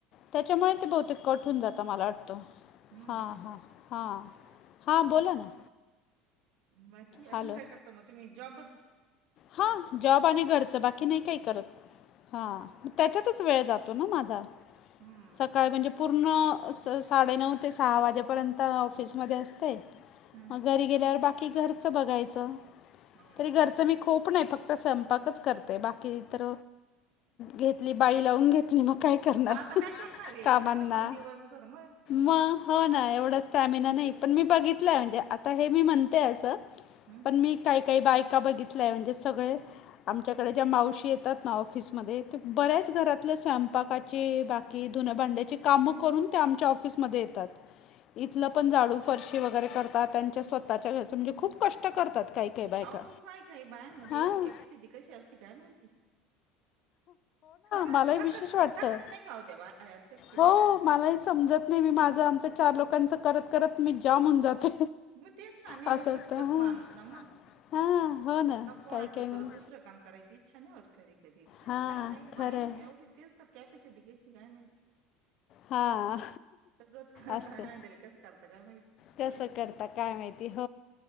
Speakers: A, on the left; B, on the right.
A: त्याच्यामुळे ते बहुतेक कट होऊन जात मला वाटत
B: हम्म.
A: हां हां हां हां बोला ना.
B: बाकी
A: हॅलो
B: अजून काय करता मग तुम्ही जॉबच?
A: हां जॉब आणि घरच बाकी नाही काही करत हां.
B: हा हा.
A: त्याच्यातच वेळ जातो ना माझा
B: हम्म
A: सकाळी म्हणजे पूर्ण साडेनऊ ते सहा वाजेपर्यंत ऑफिसमध्ये असते.
B: हम्म
A: मग घरी गेल्यावर बाकी घरच बघायच
B: हो.
A: तरी घरच मी खु खूप नाही फक्त स्वयंपाकच करते बाकीतर घेतली बाई लावून घेतली मग काय. करणार
B: मग आता काय करणार ये
A: कामांना
B: इकड पण दिवसभर मग
A: मग हो ना एवढा स्टॅमिना
B: दिवसभर
A: नाही पण मी बघितलय म्हणजे आता मी हे म्हणते अस.
B: हम्म
A: मी काही काही बायका बघितल्याय म्हणजे सगळे आमच्याकडे ज्या मावशी येतात ना ऑफिसमध्ये ते बऱ्याच घरातल्या स्वयंपाकाचे बाकी की धुण्या भांड्याची काम करून त्या आमच्या ऑफिसमध्ये येतात. इथल पण झाडू फरशी वगैरे करतात त्यांच्या स्वतःच्या घरच म्हणजे खूप कष्ट करतात काही. काही बायका.
B: अहो काही काही बायांमध्ये
A: हां
B: एवढी कॅपॅसिटी कशी असते काय माहिती? हो ना
A: मलाही
B: थकत
A: विशेष वाटतं.
B: थकत नाही का ओ त्या बाया थकती नाही
A: हो
B: का अशा.
A: मलाही समजत नाही मी माझ आमच चार लोकांच करत करत मी जाम होऊन जाते.
B: मग तेच ना नाही
A: असं
B: हो थकतस
A: वाटतं हां
B: माणूस ना मंग
A: हां हो ना
B: नको
A: काही
B: वाटत
A: काही म्हण
B: परत दुसर दुसर काम करायची इच्छा नाही होत कधी कधी काही
A: हां
B: काही
A: खरं
B: बायांनी
A: आहे
B: एवढी ते तर कॅपॅसिटी कशी काय माहिती?
A: हा
B: सगळंच
A: असते
B: हँडल कसं करतं काय माहिती
A: कस करता काय माहित.